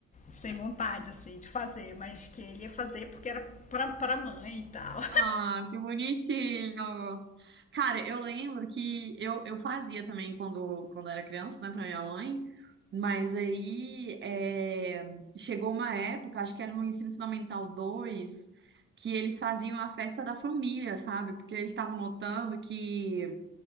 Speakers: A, on the left (about 25°); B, on the right (about 40°).
A: sem vontade, assim, de fazer, mas que ele ia fazer porque era pra, pra mãe e tal.
B: Ah, que bonitinho! Cara, eu lembro que eu, eu fazia também quando, quando era criança, né, pra minha mãe, mas aí é, chegou uma época, acho que era no Ensino Fundamental 2 que eles faziam a festa da família, sabe? Porque eles estavam notando que